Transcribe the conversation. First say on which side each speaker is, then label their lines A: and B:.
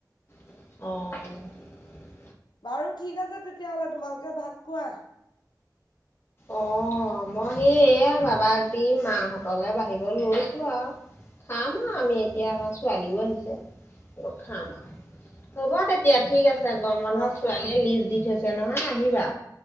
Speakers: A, on the left; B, on the left.
A: অ'।
B: বাৰু ঠিক আছে তেতিয়াহলে তোমালোকে ভাত খোৱা।
A: অ' মই সেই এয়া বাবাক দি মাহঁতলে বাঢ়িব লৈছো আৰু। খাম আৰু আমি
B: অ
A: এতিয়া আমাৰ ছোৱালীও আহিছে। অ খাম আৰু হ'ব তেতিয়া ঠিক আছে গৰম বন্ধত
B: অ
A: ছোৱালীয়ে লিষ্ট দি থৈছে নহয় আহিবা।